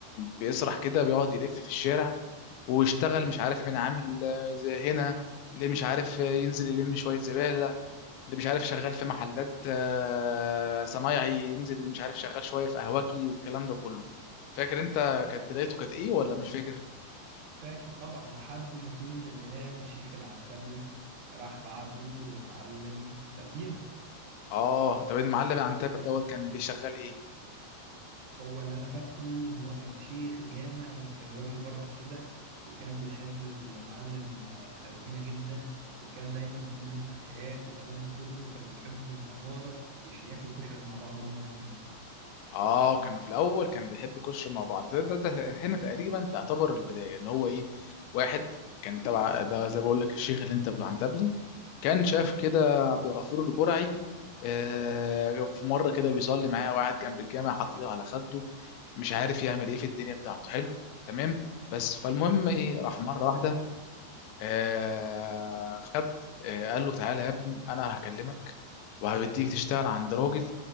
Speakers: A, on the left; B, on the right.
A: بيسرح كده بيقعد يلف في الشارع واشتغل مش عارف مين عامل آه، زي هنا اللي مش عارف آه، ينزل يلم شوية زبالة اللي مش عارف شغال في محلات آه، صنايعي ينزل مش عارف شغال شوية في قهوجي والكلام ده كله فاكر انت كانت بدايته كانت ايه ولا مش فاكر
B: فاكر طبعا لحد ما في يوم من الايام الشيخ العنتبري راح بعته للمعلم سردينة
A: اه طب المعلم عن تاب دوت كان بيشغل ايه
B: هو اللي انا فاكره ان هو كان شيخ جامع بس كان راجل بركه كده وكان بيحب المعلم آه، سردينه جدا وكان دايما في بينهم حكايات والكلام ده كله وكانوا بيحبوا بالعماره يش- ياكلوا كشري مع بعض هما الاتنين
A: اه كان في الاول كان بيحب يخش مع بعض ده, ده, ده هنا تقريبا تعتبر البدايه ان هو ايه واحد كان تبع ده زي ما بقول لك الشيخ اللي انت بتاع عنتبلي كان شاف كده عبد الغفور البرعي آه في مره كده بيصلي معاه وقاعد جنب الجامع حاطط ايده على خده مش عارف يعمل ايه في الدنيا بتاعته حلو تمام بس فالمهم ايه راح مره واحده آه خد آه قال له تعالى يا ابني انا هكلمك وهبديك تشتغل عند راجل